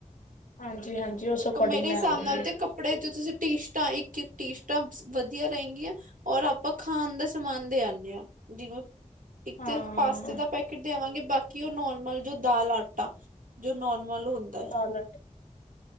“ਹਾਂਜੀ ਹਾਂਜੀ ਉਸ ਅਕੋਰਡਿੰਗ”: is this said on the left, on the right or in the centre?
Left